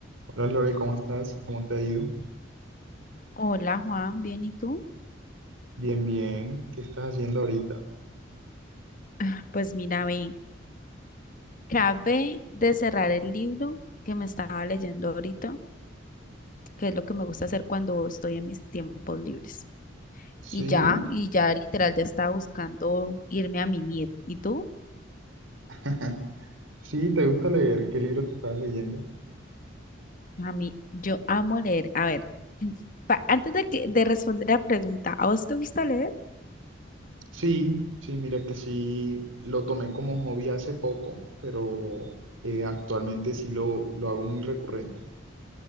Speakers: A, on the right; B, on the left.
A: Hola Lore, ¿cómo estás? ¿Cómo te ha ido?
B: Hola Juan, ¿bien y tú?
A: Bien, bien. ¿Qué estás haciendo ahorita?
B: <sighs> Ah, Pues mira, ve, acabé de cerrar el libro que me estaba leyendo ahorita, que es lo que me gusta hacer cuando estoy en mis tiempos libres.
A: Sí,
B: Y ya, y ya literal ya estaba buscando irme a mimir. ¿Y tú?
A: <laughs> sí, ¿te gusta leer? ¿Qué libro te estás leyendo?
B: A mí, yo amo leer. A ver, <clears throat> pa- antes de que de responder la pregunta, ¿a vos te gusta leer?
A: Sí, sí, mira que sí, lo tomé como hobby hace poco, pero eh, actualmente sí lo, lo hago muy recurrente.